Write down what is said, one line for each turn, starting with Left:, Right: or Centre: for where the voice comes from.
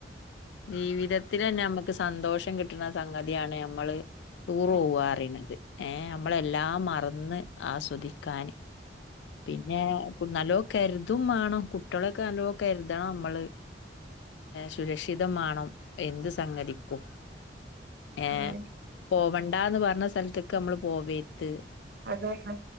Left: ജീവിതത്തിലന്നെ അമ്മക്ക് സന്തോഷം കിട്ടണ സംഗതിയാണ് യമ്മള് ടൂറ്
Right: ആഹ്
Left: പോവ ന്നറയുന്നത് ഏ അമ്മളെല്ലാം മറന്ന് ആസ്വദിക്കാന് പിന്നെപ്പ നല്ലോ കരുതും വാണം കുട്ടികളൊക്കെ നല്ലോ കരുതണം നമ്മള്. സുരക്ഷിതം മാണം എന്തു സംഗതിക്കും. ഏ
Right: ആഹ്
Left: പോവണ്ടാന്ന് പറഞ്ഞ സ്ഥലത്തെക്കെ അമ്മള് പോവരുത്.
Right: അതന്നെ